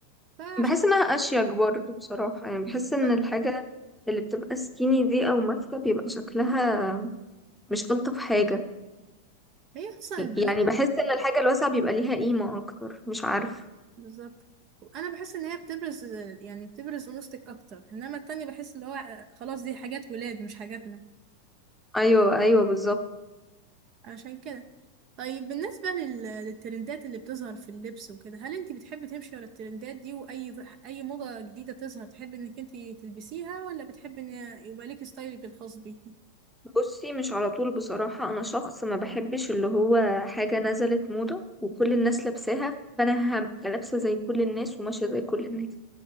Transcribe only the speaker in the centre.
بحس انها اشيك برضه بصراحة يعني بحس
ان الحاجة اللي بتبقى سكيني دي او ماسكة بيبقى شكلها مش الطف حاجة
يعني بحس ان الحاجة الواسعة بيبقى ليها قيمة اكتر مش عارفة
ايوه ايوه بالظبط
بصي مش على طول بصراحة انا شخص ما بحبش اللي هو حاجة نزلت موضة وكل الناس لابساها فانا هبقى لابسة زي كل الناس وماشية زي كل الناس